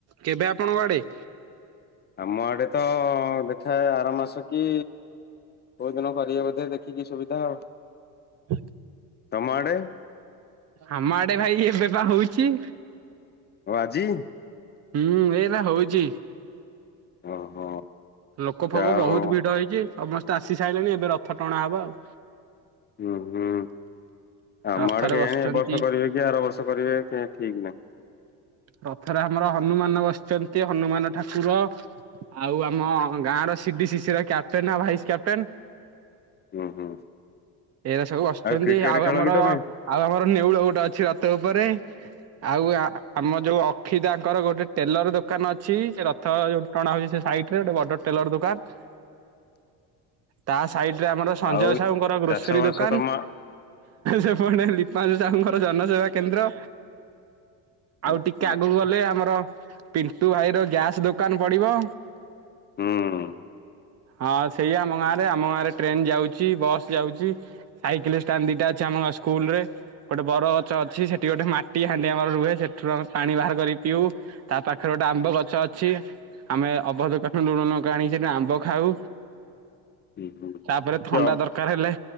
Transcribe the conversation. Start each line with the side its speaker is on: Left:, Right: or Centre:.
Right: କେବେ ଆପଣଙ୍କ ଆଡେ?
Left: ଆମ ଆଡେ ତ ଦେଖାଏ ଆର ମାସ କି କୋଉଦିନ କରିବେ ବୋଧେ ଦେଖିକି ସୁବିଧା ଆଉ।
Right: ହ
Left: ତମ ଆଡେ?
Right: ଆମ ଆଡେ ଭାଇ ଏବେ ବା ହଉଚି।
Left: ଓ ଆଜି
Right: ହୁଁ ଏଇନା ହଉଚି।
Left: ଓହୋ।
Right: ଲୋକ ଫୋକ
Left: ଯାହା
Right: ବହୁତ୍
Left: ହଉ
Right: ଭିଡ ହେଇଚି ସମସ୍ତେ ଆସି ସାରିଲେଣି ଏବେ ରଥ ଟଣା ହବ ଆଉ।
Left: ହୁଁ ହୁଁ ଆମ
Right: ରଥରେ
Left: ଆଡ଼େ କେଜାଣି
Right: ବସିଛନ୍ତି
Left: ଏ ବର୍ଷ କରିବେ କି ଆର ବର୍ଷ କରିବେ ଠିକ୍ ନାହିଁ।
Right: ରଥରେ ଆମର ହନୁମାନ ବସିଛନ୍ତି ହନୁମାନ ଠାକୁର। ଆଉ ଆମ ଗାଁ ର ସିଡି ସି ସ ର କ୍ୟାପ୍ଟେନ ଭାଇସ୍ କ୍ୟାପଟେନ୍।
Left: ହୁଁ ହୁଁ
Right: ଏଇରା ସବୁ ବସିଚନ୍ତି
Left: କ୍ରିକେଟ
Right: ଆଉ
Left: ଖେଳ
Right: ଆ
Left: କି ତମେ?
Right: ଆଉ ଆମର ନେଉଳ ଗୋଟେ ଅଛି ରତ ଉପରେ। ଆଉ ଆମ ଯୋଉ ଅକ୍ଷି ଦାଙ୍କର ଗୋଟେ ଟେଲର ଦୋକାନ ଅଛି ସେ ରଥ ଯୋଉ ଟଣା ହଉଛି ସେ ସାଇଟ ରେ ଗୋଟେ ବଡ ଟେଲର ଦୋକାନ।
Left: <inaudible>
Right: ତା ସାଇଟ ରେ ଆମର ସଞ୍ଜୟ
Left: ଆଉ
Right: ସାହୁଙ୍କର ଗ୍ରୋସରୀ
Left: ଚାଷ ବାସ
Right: ଦୋକାନ।
Left: ତମ
Right: ସେପଟେ ଲିପାସୁ ସାହୁଙ୍କର ଜନସେବା କେନ୍ଦ୍ର।
Left: ହଁ
Right: ଆଉ ଟିକେ ଆଗକୁ ଗଲେ ଆମର ପିଣ୍ଟୁ ଭାଇ ର ଗ୍ୟାସ ଦୋକାନ ପଡିବ।
Left: ହୁଁ।
Right: ହଁ, ସେଇ ଆମ ଗାଁରେ ଆମ ଗାଁ ରେ ଟ୍ରେନ୍ ଯାଉଛି ବସ୍ ଯାଉଛି। ସାଇକେଲ୍ ଷ୍ଟାଣ୍ଡ ଦିଟା ଅଛି ଆମ ଗାଁ ସ୍କୁଲ ରେ। ଗୋଟେ ବର ଗଛ ଅଛି ସେଠି ଗୋଟେ ମାଟି ହାଣ୍ଡି ଆମର ରୁହେ ସେଥିରୁ ଆମେ ପାଣି ବାହାର କରି ପିଉ। ତା ପାଖରେ ଗୋଟେ ଆମ୍ବ ଗଛ ଅଛି ଆମେ ଅଭଦ କାଠୁରୁ ଲୁଣ ଲଙ୍କା ଆଣି ସେ ଆମ୍ବ ଖାଉ
Left: ହୁଁ ହୁଁ
Right: ତାପରେ
Left: କି
Right: ଥଣ୍ଡା
Left: ଅ
Right: ଦର ଦରକାର ହେଲେ